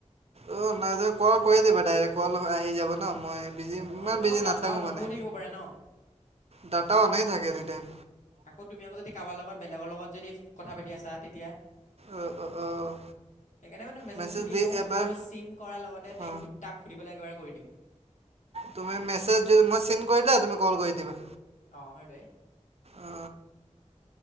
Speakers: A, on the right; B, on the left.
A: অ নাই যে কল কৰি দিবা ডাইৰেক্ট কল আহি যাব ন মই। বিজি ইমান
B: নহয় তোমাৰ
A: বিজি
B: আকৌ ডাটাও
A: নাথাকোঁ
B: বন্ধও
A: মানে
B: থাকিব পাৰে ন।
A: ডাটা অনে থাকে এনি টাইম।
B: আকৌ তুমি আকৌ যদি কাবাৰ লগত বেলেগৰ লগত যদি কথা পাতি আছা তেতিয়া।
A: অ
B: সেইকাৰণে
A: অ অ'
B: মানে মেছেজটো
A: মেছেজ
B: দি লও
A: এবাৰ
B: বোলো চিন কৰাৰ লগতে তাইক
A: অ
B: সুধ। তাক সুধিবলৈ পেলাই একেবাৰে কৰি দিম।
A: নহয় মেচেজ যদি মই চিন কৰিলে তুমি কল কৰি দিবা।
B: অ সেইটোৱে।
A: অ